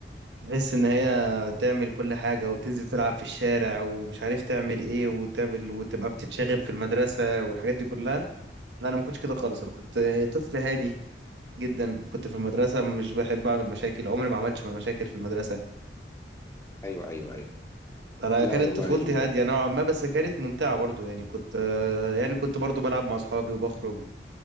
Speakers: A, on the right; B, on the left.
A: تحس ان هي تعمل كل حاجة وتنزل تلعب في الشارع ومش عارف تعمل ايه وتعمل وتبقى بتتشاغب في المدرسة والحاجات دي كلها لا انا ما كنتش كده خالص انا كنت طفل هادي جدا كنت في المدرسة مش بحب اعمل مشاكل عمري ما عملتش مشاكل في المدرسة
B: ايوه ايوه ايوه
A: انا
B: لا
A: كانت
B: والله
A: طفولتي
B: ال-
A: هادية نوعا ما بس كانت ممتعة برضو يعني كنت يعني كنت برضو بلعب مع اصحابي وبخرج